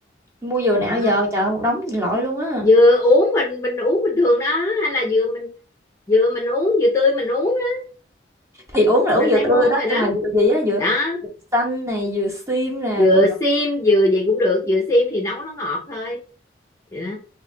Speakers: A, on the right; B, on the left.
A: mua vừa nào
B: đó.
A: giờ, trời ơi, một đống lội luôn á,
B: dừa uống mình mình uống bình thường đó hay là dừa mình dừa mình uống dừa tươi mình uống đó.
A: thì uống là uống
B: mình
A: dừa
B: hay
A: tươi
B: mua
A: đó,
B: rồi
A: nhưng
B: đó
A: mà dừa gì á, dừa
B: đó
A: dừa xanh nè, dừa sim nè,
B: dừa
A: c
B: xiêm dừa gì cũng được dừa xiêm thì nấu nó ngọt thôi vậy đó